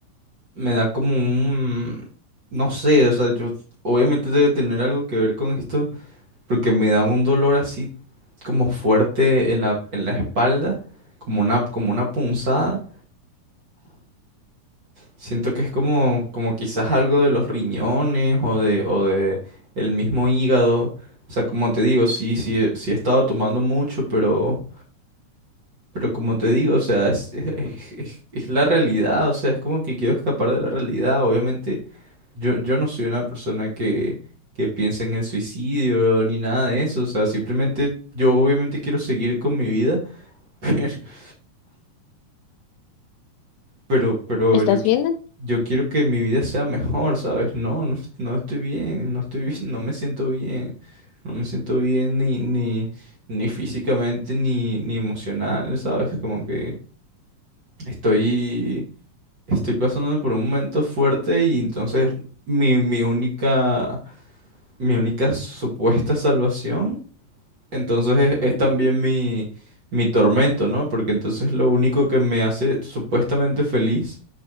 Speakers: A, on the right; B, on the left.
A: me da como un, no sé, o sea, yo obviamente debe tener algo que ver con esto, porque me da un dolor así como fuerte en la, en la espalda, como una, como una punzada. Siento que es como, como quizás algo de los riñones o de, o de el mismo hígado. O sea, como te digo, sí, sí, he- sí he estado tomando mucho, pero, pero como te digo, o sea, es, <laughs> es, es- es la realidad. O sea, es como que quiero escapar de la realidad. Obviamente, yo, yo no soy una persona que, que piensa en el suicidio ni nada de eso. O sea, simplemente yo obviamente quiero seguir con mi vida. <laughs> pero, pero
B: ¿Estás
A: yo, qui-
B: bien? Dan?
A: yo quiero que mi vida sea mejor, ¿sabes? No, no, no estoy bien, no estoy bien, no me siento bien, no me siento bien ni, ni, ni físicamente ni, ni emocional, ¿sabes? Como que estoy, estoy pasando por un momento fuerte y entonces mi, mi única, mi única supuesta salvación, entonces es, es también mi, mi tormento, ¿no? Porque entonces lo único que me hace supuestamente feliz